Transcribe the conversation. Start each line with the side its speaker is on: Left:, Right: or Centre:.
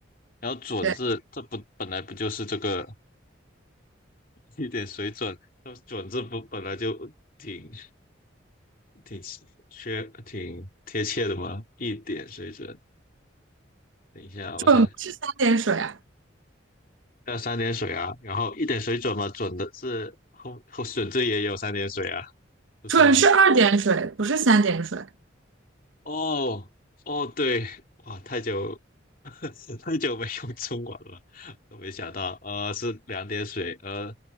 Left: 然后准字，
Right: 对，
Left: 这不本来不就是这个一点水准，那准字不本来就挺挺缺挺贴切的吗？一点水准，等一下，
Right: 准不是三点水啊，
Left: 我想想，要三点水啊，然后一点水准嘛，准的字后后准字也有三点水啊，不是吗？
Right: 准是二点水，不是三点水，
Left: 哦哦，对，哇，太久 <laughs> 太久没用中文了，都没想到，呃，是两点水，呃，